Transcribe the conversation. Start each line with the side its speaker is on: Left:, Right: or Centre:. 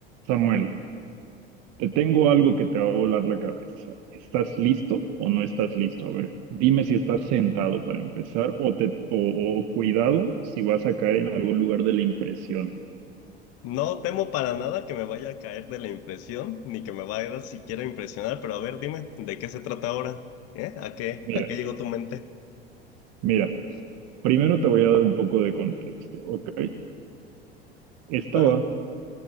Right: Samuel, te tengo algo que te va a volar la cabeza. ¿Estás listo o no estás listo? A ver, dime si estás sentado para empezar o, te, o, o cuidado si vas a caer en algún lugar de la impresión.
Left: No temo para nada que me vaya a caer de la impresión, ni que me vaya a siquiera a impresionar, pero a ver, dime, ¿de qué se trata ahora? ¿Eh? ¿A qué,
Right: Mira,
Left: a qué llegó tu mente?
Right: mira, primero te voy a dar un poco de contexto, ¿ok? Estaba
Left: Claro.